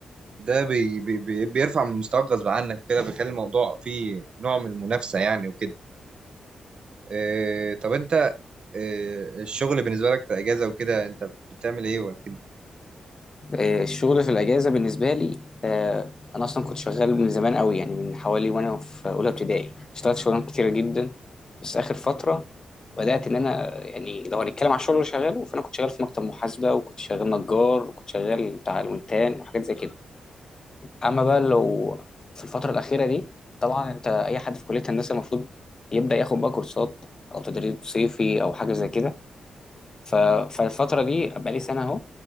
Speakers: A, on the right; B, on the left.
A: ده بي بي بي- بيرفع من مستواك غصب عنك كده بيخلي الموضوع فيه نوع من المنافسة يعني وكده إيه طب انت إيه الشغل بالنسبة لك في اجازة وكده انت بتعمل ايه ولا كده
B: آه، الشغل في الاجازه بالنسبه لي آه، انا اصلا كنت شغال من زمان قوي يعني من حوالي وانا في اولى ابتدائي اشتغلت شغلانات كتيره جدا بس اخر فتره بدات ان انا يعني لو هنتكلم على الشغل اللي شغاله فانا كنت شغال في مكتب محاسبه وكنت شغال نجار وكنت شغال بتاع الونتان وحاجات زي كده اما بقى لو في الفتره الاخيره دي طبعا انت اي حد في كليه هندسه المفروض يبدا ياخد بقى كورسات او تدريب صيفي او حاجه زي كده ف... فالفتره دي بقالي سنه اهو